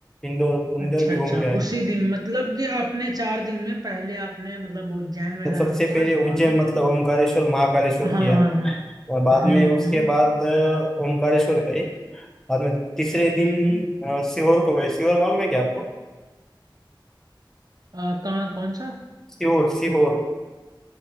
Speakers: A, in the centre; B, on the right.
A: इंदौर इंदौर
B: अच्छा
A: भी
B: अच्छा
A: घूम के आए
B: उसी दिन मतलब कि आपने चार दिन में पहले आपने मतलब उज्जैन वगैरह
A: तो सबसे
B: घूमा
A: पहले उज्जैन
B: सुबह में
A: मतलब ओमकारेश्वर महाकालेश्वर
B: हाँ
A: किया
B: हाँ हाँ
A: और बाद
B: हम्म
A: में उसके
B: हम्म
A: बाद अ, ओमकारेश्वर गए बाद में तीसरे दिन
B: हम्म हम्म
A: अ, सीहोर को गए सीहोर मालूम है क्या आपको
B: अ, कहाँ कौन सा
A: सीहोर सीहोर